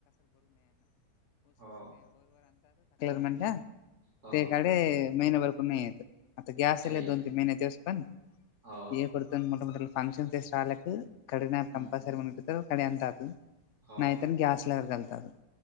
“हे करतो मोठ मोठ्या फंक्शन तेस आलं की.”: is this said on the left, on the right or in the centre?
Left